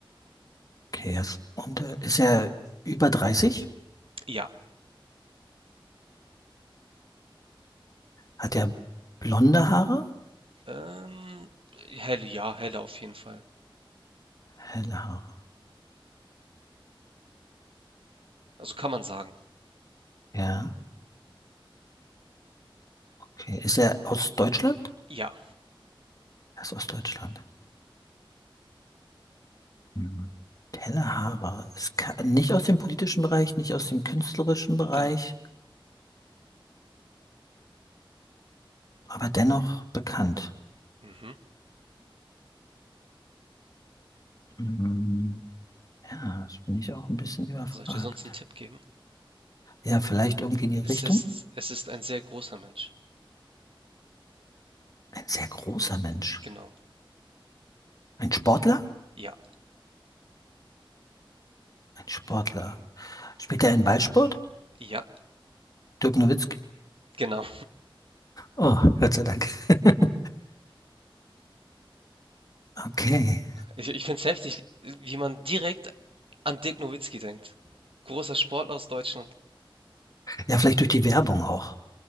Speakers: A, on the left; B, on the right.
A: Okay, yes. Und äh, ist er über 30?
B: Ja.
A: Hat er blonde Haare?
B: Ähm, helle, ja, helle auf jeden Fall.
A: Helle Haare.
B: Also kann man sagen.
A: Ja. Okay. Ist er aus Deutschland?
B: Ja,
A: Er ist aus Deutschland. Hm. Tellerhaarer ist ka- nicht aus dem politischen Bereich, nicht aus dem künstlerischen Bereich,
B: genau.
A: aber dennoch bekannt.
B: Mhm.
A: Hm. Ja, das bin ich auch ein bisschen überfragt.
B: Soll ich dir sonst einen Tipp geben?
A: Ja, vielleicht irgendwie in die Richtung?
B: Es ist, es ist ein sehr großer Mensch.
A: Ein sehr großer Mensch.
B: Genau.
A: Ein Sportler?
B: Ja.
A: Ein Sportler. Spielt er einen Ballsport?
B: Ja,
A: Dirk Nowitzki?
B: genau.
A: Oh, Gott sei Dank. <laughs> Okay.
B: Ich, ich finde es heftig, wie man direkt an Dirk Nowitzki denkt. Großer Sportler aus Deutschland.
A: Ja, vielleicht durch die Werbung auch.